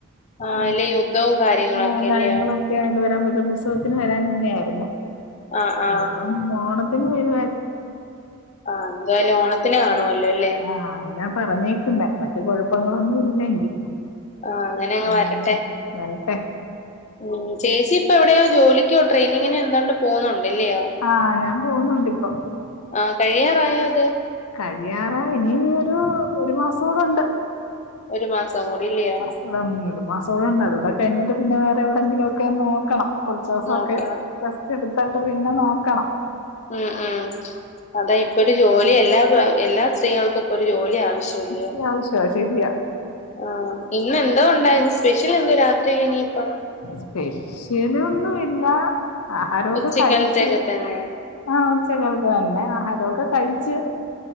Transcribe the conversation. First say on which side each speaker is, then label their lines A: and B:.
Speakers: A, on the left; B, on the left.
A: ആ
B: ആന്നെ
A: ഇല്ലേ യുദ്ധവും കാര്യങ്ങളൊക്കെ
B: ആ കാര്യങ്ങളും
A: അല്ലയോ
B: ണ്ട് വരാൻ പറ്റ ഉത്സവത്തിന് വരാൻ തന്നെ ആയിരുന്നു
A: ആ ആ
B: ഇനിപ്പം മോടത്തിന് വരുവാ
A: ആഹ് എന്തായാലും ഓണത്തിന് കാണുവല്ലോ അല്ലേ
B: ആഹ് അങ്ങനെ പറഞ്ഞേ <unintelligible> മറ്റു കുഴപ്പങ്ങളൊന്നും ഇല്ലെങ്കിൽ
A: ആ അങ്ങനെ അങ്ങ്
B: ഉം
A: വരട്ടെ
B: വരട്ടെ
A: ഉം ചേച്ചി ഇപ്പ എവിടെയോ ജോലിക്കോ ട്രെയിനിങ്ങിനോ എന്താണ്ട് പോകുന്നുണ്ടല്ലയോ
B: ആഹ് ഞാൻ പോകുന്നുണ്ട് ഇപ്പൊ
A: ആ കഴിയാറായോ അത്
B: കഴിയാറായി ഇനി ഒരു ഒരു മാസം കൂടെണ്ട്
A: ഒരു മാസം കൂടി ഇല്ലയോ
B: ഇവിടെ മ ഒരു മാസോളും ഉണ്ട് അതോടെ കഴിഞ്ഞിട്ട് പിന്നെ വേറെ എവിടെയെങ്കിലും ഒക്കെ നോക്കണം കുറച്ചെസെക്കെ
A: നോക്കണം
B: റസ്റ്റ് എടുത്തിട്ട് പിന്നെ നോക്കണം
A: എഹ് ഏഹ് അതാ ഇപ്പൊ ഒരു ജോലി എല്ലാ എല്ലാ സ്ത്രീകൾക്കും ഇപ്പൊ ഒരു ജോലിയാവ <unintelligible>
B: അത്യാവശ്യമാ ശരിയാ
A: ആഹ് ഇന്ന എന്തോ ഉണ്ടായിരുന്നു സ്പെഷ്യൽ എന്തോ രാത്രിയില് ഇനിയിപ്പ
B: സ്പെഷ്യല് ഒന്നും ഇല്ല ആഹാരമൊക്കെ
A: ഉച്ചക്കാലത്തേക്ക്
B: കഴിച്ച്
A: തന്നെ
B: ആഹ് ഉച്ചക്കൽത് തന്നെ ആഹാരമൊക്കെ കഴിച്ച്